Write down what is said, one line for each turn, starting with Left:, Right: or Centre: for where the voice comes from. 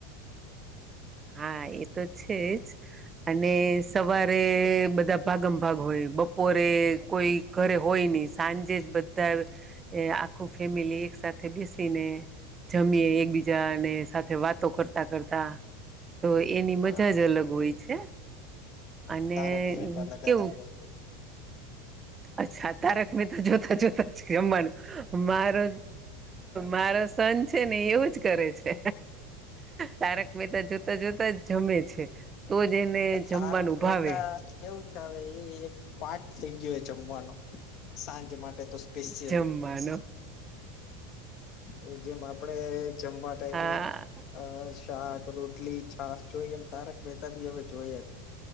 Right: હા એ તો છે જ અને સવારે બધા ભાગમ ભાગ હોય. બપોરે કોઈ ઘરે હોય નહી સાંજે જ બધા એ આખું ફેમિલી એક સાથથે બેસીને જમીએ એકબીજાને સાથે વાતો કરતા કરતા તો એની
Left: હા
Right: મજા જ અલગ હોય છે અને
Left: તારક મહેતા લગાવી
Right: કેવું
Left: દે
Right: અચ્છા તારક મહેતા જોતા જોતા જ જમવાનું મારો મારો સન છે ને એવું જ કરે છે તારક મહેતા જોતા જોતા જમે જમે છે તો જને જમવાનું
Left: તારક
Right: ભાવે.
Left: મહેતા કેવું હવે એ એક પાઠ થઈ ગયો જમવાનો સાંજ માટે તો સ્પેશિયલી
Right: જમવાનો
Left: એ જેમ આપડે જમવા ટાઈમે
Right: આ
Left: અ <unintelligible> શાક, રોટલી, છાસ જોઈએ એમ તારક મહેતા બી હવે જોઈએ જ.